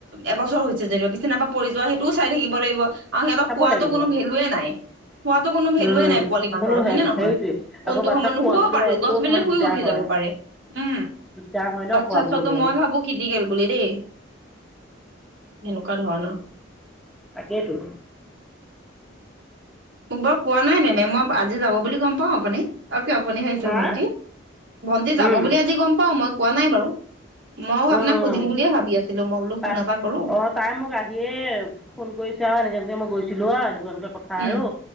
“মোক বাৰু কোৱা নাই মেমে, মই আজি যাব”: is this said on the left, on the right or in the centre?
Right